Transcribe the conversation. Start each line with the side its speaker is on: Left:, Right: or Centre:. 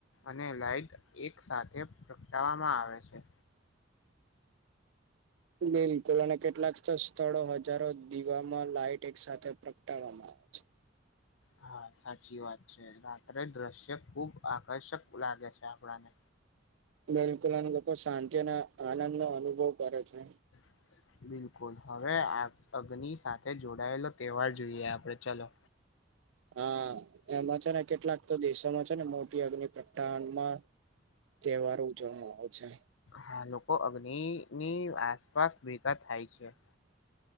Left: અને લાઇટ એક સાથે પ્રગટાવામાં આવે છે.
Right: બિલકુલ અને કેટલાક તો સ્થ થળો હજારો દીવામાં લાઈટ એક સાથે પ્રગટાવામાં આવે છે.
Left: હા સાચી વાત છે રાત્રે દ્રશ્ય ખુબ આકર્ષક લાગે છે આપણાને.
Right: બિલકુલ અને લોકો શાંતિ અને આનંદ નો અનુભવ કરે છે.
Left: <inaudible> બિલકુલ હવે આ અગ્નિ સાથે જોડાયેલો તહેવાર જોઈએ આપડે ચલો.
Right: હા એમાં છે ને કેટલાક તો દેશોમાં છે ને મોટી અગ્નિ પ્રગટા વનમાં તહેવારો ઉજવવામાં આવ છે.
Left: હા લોકો અગ્નિની ની આસપાસ ભેગા થાય છે.